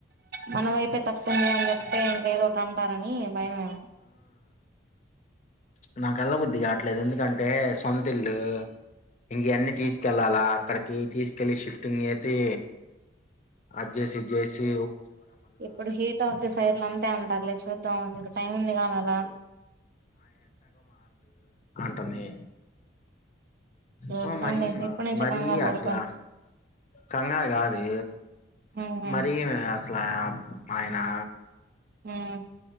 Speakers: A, on the right (about 55°); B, on the left (about 40°).
A: మన వైపే తప్పు ఉందని అని చెప్తే ఇంకేదోకటి అంటారని. భయమేమో.
B: నాకు వెళ్ల బుద్ది కావట్లేదు. ఎందుకంటే సొంతల్లు ఇంక అన్నీ తీసుకెళ్ళాలా అక్కడికి తీసుకెళ్ళలి షిఫ్టింగ్ చేసి అది జేసి ఇది జేసి
A: ఇప్పుడు హీట్ ఆఫ్ ది ఫైర్ లో అంతే అంటారులే చూద్దాం ఇంకా టైం ఉంది కదా మళ్ళ.
B: అమ్మి
A: చూద్దాంలే
B: మా మరిమా
A: ఇప్పటి నుంచే
B: మరి
A: కంగారు పడకు
B: అసలా కంగారు కాదు
A: హ్మ్
B: మరి స్లాబ్ ఆయనా
A: ఉం